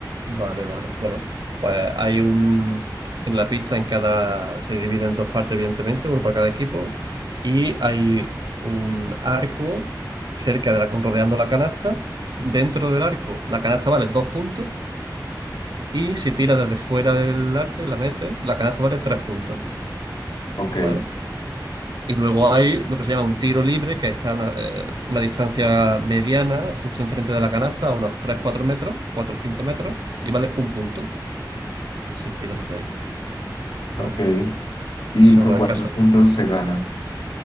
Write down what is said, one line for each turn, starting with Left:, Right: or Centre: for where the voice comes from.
Right: Vale, vale. Bueno, pues hay un... En la pista en cada... se divide en dos partes, evidentemente, uno para cada equipo, y hay un arco cerca de la... rodeando la canasta. Dentro del arco, la canasta vale dos puntos, y si tiras desde fuera del arco y la metes, la canasta vale tres puntos,
Left: Ok,
Right: ¿vale? Y luego hay lo que se llama un tiro libre, que está a una, eh, una distancia mediana, justo enfrente de la canasta, a unos tres cuatro metros, cuatro o 5 metros, y vale un punto si tiras desde ahí. ¿vale?
Left: ok. ¿Y
Right: Solo
Left: con cuántos
Right: en caso.
Left: puntos se gana?